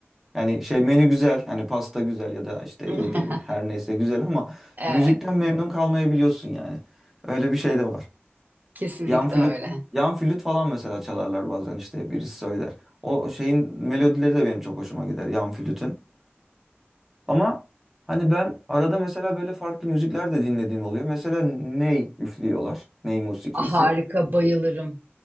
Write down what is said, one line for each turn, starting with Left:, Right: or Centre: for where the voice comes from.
Centre: Yani şey menü güzel hani pasta güzel ya da işte
Right: <laughs>
Centre: yedin her neyse güzel ama
Right: Evet,
Centre: müzikten memnun kalmayabiliyorsun yani. Öyle bir şey de var.
Right: kesinlikle
Centre: Yan flüt,
Right: öyle.
Centre: yan flüt falan mesela çalarlar bazen işte birisi söyler. O şeyin melodileri de benim çok hoşuma gider yan flütün. Ama hani ben arada mesela böyle farklı müzikler de dinlediğim oluyor. Mesela ney üflüyorlar. Ney musikisi.
Right: Harika, bayılırım.